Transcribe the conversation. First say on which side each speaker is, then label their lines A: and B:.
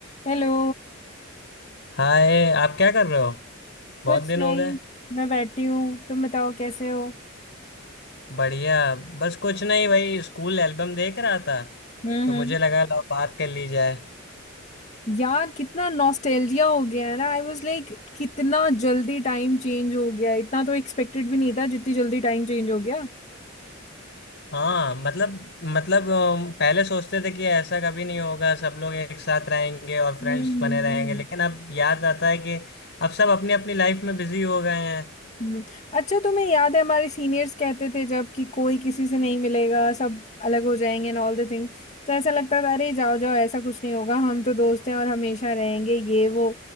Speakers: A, on the left; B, on the left.
A: Hello
B: हाय आप क्या कर रहे हो बहुत
A: कुछ
B: दिन
A: नहीं
B: हो गए
A: मैं बैठी हूँ तुम बताओ कैसे हो
B: बढ़िया बस कुछ नहीं भाई स्कूल एल्बम देख रहा था
A: हम्म
B: तो
A: हम्म।
B: मुझे लगा लो बात कर ली जाए
A: यार कितना नॉस्टैल्जिया हो गया है ना आई वाज लाइक कितना जल्दी टाइम चेंज हो गया इतना तो एक्सपेक्टेड भी नहीं था जितनी जल्दी टाइम चेंज हो गया
B: हाँ मतलब मतलब अम, पहले सोचते थे कि ऐसा कभी नहीं होगा सब लोग एक साथ रहेंगे और फ्रेंड्स
A: हम्म, हम्म,
B: बने रहेंगे लेकिन अब याद आता है कि अब सब अपनी अपनी लाइफ में बिजी हो गए हैं
A: हम्म। अच्छा तुम्हें याद है हमारे सीनियर्स कहते थे जब कि कोई किसी से नहीं मिलेगा सब अलग हो जाएंगे एंड ऑल द थिंग तो ऐसा लगता था अरे जाओ जाओ ऐसा कुछ नहीं होगा हम तो दोस्त हैं और हमेशा रहेंगे ये वो